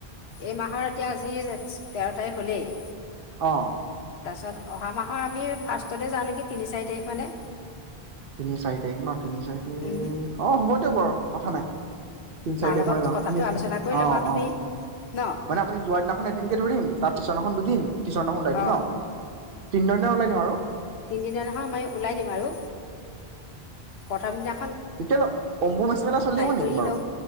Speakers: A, on the left; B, on the right.
A: এই মাহৰ এতিয়া আজি তেৰ তাৰিখ হলেই
B: অহ
A: তাৰপাছত অহা মাহৰ আমি ফাৰ্ষ্টতে যাওঁ নেকি তিনি চাৰি তাৰিখ মানে।
B: তিনি চাৰি তাৰিখ ন তিনি চাৰি তাৰিখ
A: উম
B: অ হ'ব দিয়ক বাৰু। কথা নাই। তিনি চাৰি
A: মাৰ
B: তাৰিখ
A: লগত
B: মানে যাওঁ
A: কথাটো
B: তিনি
A: আলোচনা কৰি
B: অ',
A: ল'বা তুমি।
B: অ',
A: ন
B: মানে আপুনি যোৱাৰ দিনাখন এদিনকে ধৰিম? তাৰপিছত এখন দুদিন। টিশনাখন ওলাই দিম
A: অ
B: ন তিনিজন ওলাই দিওঁ আৰু।
A: তিনিদিনাখন আমইি ওলাই দিম আৰু প্ৰথম দিনা
B: তেতিয় অম্বুবাচী মেলা চল থাকিব
A: কৰি
B: নেকি বাৰু
A: ল'ম